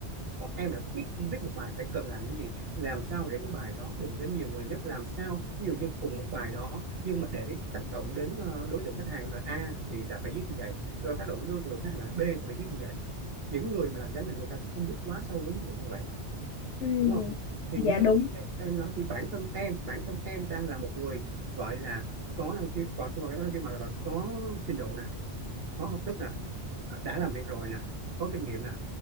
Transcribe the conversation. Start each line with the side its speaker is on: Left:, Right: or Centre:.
Right: còn em là biết viết một bài phải cần làm những gì làm sao để cái bài đó đụng đến nhiều người nhất làm sao ví dụ như cùng một bài đó nhưng mà để tác động đến ờ, đối tượng khách hàng là A thì là phải viết như vậy rồi tác động đến đối tượng khách hàng là B thì phải viết như vậy những người mà làm trái ngành người ta sẽ không biết quá sâu đến chỗ như vậy
Left: Ừ.
Right: đúng không thì
Left: Dạ
Right: như
Left: đúng.
Right: em nói thì bản thân em bản thân em đang là một người gọi là có năng khiếu còn không phải có năng khiếu mà là có trình độ nè có học thức nè ờ, đã làm việc rồi nè có kinh nghiệm nè